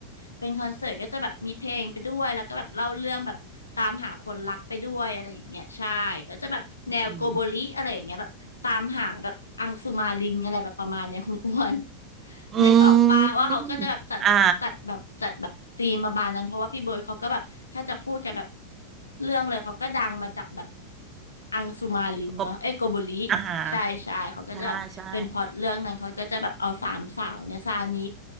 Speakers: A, on the left; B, on the right.
A: เป็นคอนเสิร์ตก็จะแบบมีเพลงไปด้วยแล้วก็แบบเล่าเรื่องแบบตามหาคนรักไปด้วยอะไรอย่างเงี้ยใช่ก็จะแบบแนวโกโบริอะไรอย่างเงี้ยแบบตามหาแบบอังสุมาลิงอะไรแบบประมาณเนี้ยคุณอ้วน
B: อืมอื
A: นึกออกปะว่าเขาก็จะแบบจัดจัดแบบจัดแบบธีมประมาณนั้นเพราะว่าพี่เบิร์ดเขาก็แบบถ้าจะพูดกันแบบ
B: มอ่า
A: เรื่องเลยเขาก็ดังมาจากแบบอังสุมาลินเนาะเอ้ยโกโบริ
B: กบอ่าฮะ
A: ใช่ใช่เขาก็จะแบบเป็นพล็อตเรื่องนั้นเขาก็จะแบบเอาสามสาวเนี่ยซานิ
B: ใช่ใช่